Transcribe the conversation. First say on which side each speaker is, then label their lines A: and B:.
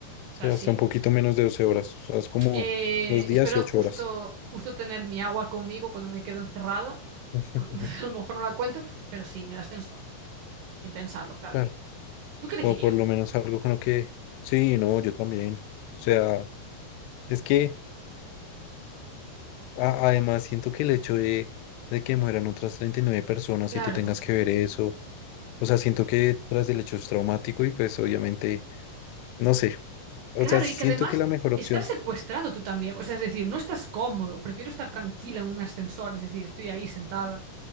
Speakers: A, on the right; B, on the left.
A: O
B: Sí,
A: sea,
B: hasta
A: sí.
B: un poquito menos de 12 horas. O sea, es como
A: Eh,
B: dos días
A: espero
B: y ocho
A: justo,
B: horas.
A: justo tener mi agua conmigo cuando me quedo encerrada,
B: <laughs>
A: porque <laughs> a lo mejor no la cuento, pero sí, en el ascensor. Hombre, Sin pensarlo, claro.
B: Claro,
A: ¿Tú qué elegirías?
B: o por lo menos algo con lo que... Sí, no, yo también. O sea,
A: Claro.
B: es que a- además siento que el hecho de, de que mueran otras treinta y nueve personas
A: Claro.
B: y tú tengas que ver eso, O sea, siento que tras del hecho es traumático y pues obviamente, no sé, o
A: Claro,
B: sea, siento
A: y que además
B: que la mejor opción,
A: estás secuestrado tú también. O sea, es decir, no estás cómodo. Prefiero estar tranquila en un ascensor, es decir, estoy ahí sentada.